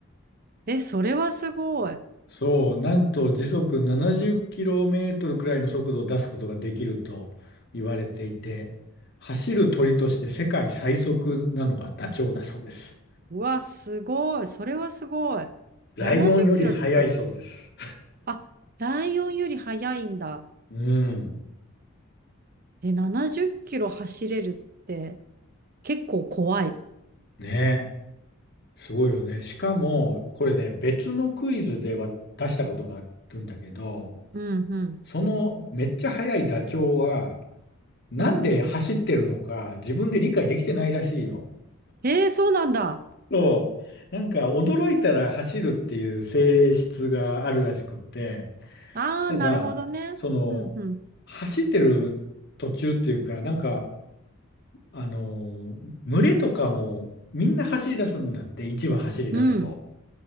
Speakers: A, on the right; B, on the left.
A: え、それはすごい。
B: そう、なんと時速70キロメートルくらいの速度を出すことができると言われていて、走る鳥として世界最速なのがダチョウだそうです。
A: うわ、すごい。それはすごい。
B: ライオンより速いそうです。
A: 70キロって、あ、ライオンより速いんだ。
B: うん。
A: え、70キロ走れるって結構怖い。
B: ね。すごいよね。しかも、これね、別のクイズでは出したことがあるんだけど、
A: うん、うん、
B: そのめっちゃ速いダチョウは、なんで走ってるのか自分で理解できてないらしいの。
A: うん。えー、そうなんだ。
B: そう。なんか驚いたら走るっていう性質があるらしくって、
A: ああ、
B: ただ、
A: なるほどね。
B: その、
A: うん、うん、
B: 走ってる途中っていうか、なんか、あの、群れとかもみんな走り出すんだって、一羽走り出すと。
A: うん、